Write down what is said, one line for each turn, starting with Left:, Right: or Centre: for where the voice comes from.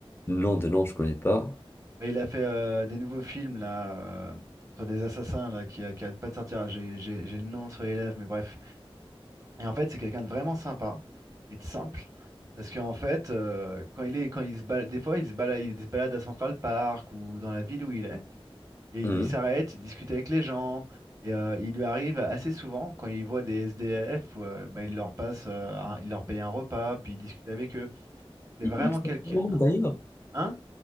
Left: nom de nom, je connais pas.
Right: Mais il a fait euh, des nouveaux films là euh, sur des assassins là qui, euh, qui arrêtent pas de sortir. J'ai j'ai- j'ai le nom sur les lèvres, mais bref. Et en fait, c'est quelqu'un de vraiment sympa et de simple. Parce qu'en fait, euh, quand il est, quand il se balade, des fois, il se balade, il se balade à Central Park ou dans la ville où il est, et il,
Left: Hum.
Right: il s'arrête, il discute avec les gens, et euh, il lui arrive assez souvent quand il voit des SDF, ou, euh, bah, il leur passe, euh, un- il leur paye un repas, puis il discute avec eux. C'est
Left: Il
Right: vraiment
Left: il s'appelle
Right: quelqu'un,
Left: comment d'ailleurs?
Right: hein?